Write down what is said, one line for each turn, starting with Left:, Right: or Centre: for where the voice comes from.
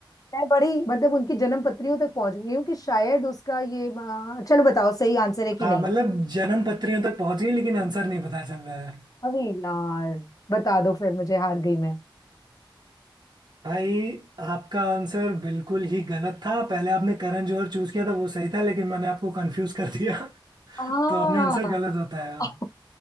Left: मैं बड़ी मतलब उनकी जन्म पत्रियों तक पहुंच गई हूँ कि शायद उसका ये अ, चलो बताओ सही आंसर है कि
Right: हाँ
Left: नहीं
Right: मतलब जन्म पत्रियों तक पहुंच गई लेकिन आंसर नहीं पता चल रहा है
Left: अरे यार बता दो फिर मुझे हार गई मैं
Right: भाई आपका आंसर बिल्कुल ही गलत था पहले आपने करण जौहर चूज किया था वो सही था लेकिन मैंने आपको कंफ्यूज कर दिया
Left: हाँ
Right: <laughs> तो आपने आंसर गलत बताया
Left: <laughs>